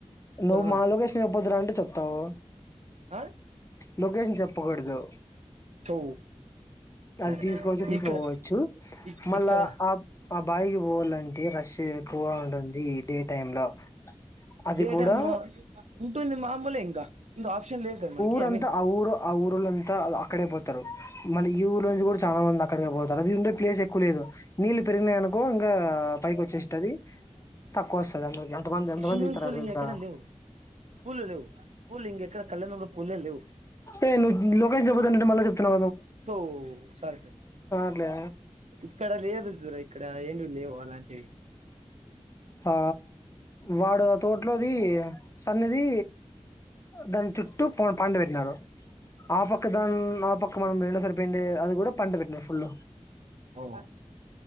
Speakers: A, on the left; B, on the right.
A: నువ్వు
B: పోదామని
A: మా లోకేషన్ చెప్పొద్దురు అంటే చెప్తావు
B: ఆ?
A: లొకేషన్ చెప్పకూడదు
B: సో సరే
A: అది తీసుకోచ్చు తీసుకుపోవచ్చు
B: ఇక్కడ ఇక్-
A: మళ్ళా
B: ఇక్కడ
A: ఆ ఆ బాయి కి పోవాలంటే రష్షు ఎక్కువ ఉంటుంది డే టైం మ్ లో అది
B: థియేటర్లో
A: కూడా
B: లో ఉంటుంది మామూలే ఇంకా ఇంకా ఆప్షన్ లేదు కదా మనకి
A: ఊరు
B: ఐ
A: అంతా
B: మీన్
A: ఆ ఊరు ఆ ఊరుళంతా అక్కడే పోతారు మళ్ళీ ఈ ఊర్ళ లా నుంచి కూడా చానా మంది అక్కడి కే తన్నది ఉండే ప్లేస్ ఎక్కువ లేదు నీళ్లు పెరిగినాయి అనుకో ఇంకా పైకి వచ్చేస్తది తక్కువ వస్తది అందరికీ ఎంత మంది ఎంత
B: స్విమ్మింగ్
A: మంది తీత్తరట
B: పూల్
A: అ తెలుసా
B: ఇంకెక్కడ లేవు పూలు లేవు పూలు ఇంకెక్కడ కళ్యాణంలో పూలే లేవు
A: ఏ నువు లోకేష్ చెబతుంటంటే మళ్ చెప్తున్నా
B: ఓ సారీ సారీ
A: అట్లే
B: ఇక్కడ లేదు సరే ఇక్కడ ఎ లేవు అలాంటి
A: ఆ వాడు తోట్లోది అనేది దాని చుట్టూ పన పండ పెట్టినారు ఆ పక్క దాని ఆ పక్క ఇ మనం రెండోసారిపోయిండే అది కూడా పంట పెట్టిన ఫుల్
B: ఓహో